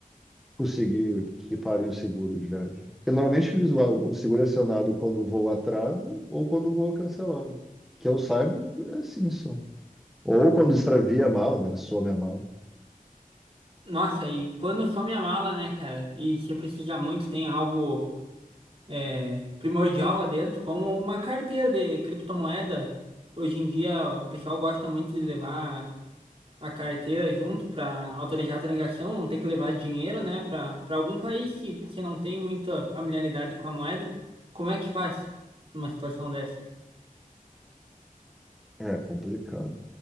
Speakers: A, in the centre; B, on the right (about 40°).
A: conseguir que pague um seguro de viagem. Porque normalmente eles lá, o seguro é acionado quando o voo atrasa ou quando o voo é cancelado. Que eu saiba, é assim só. Ou quando extravia a mala, né? Some a mala.
B: Nossa, e quando some a mala, né, cara? E você precisa muito, tem algo é, primordial lá dentro, como uma carteira de criptomoeda. Hoje em dia, o pessoal gosta muito de levar. a carteira junto para autorizar a transação, não ter que levar dinheiro, né, para para algum país que, que não tem muita familiaridade com a moeda. Como é que faz numa situação dessa?
A: É complicado.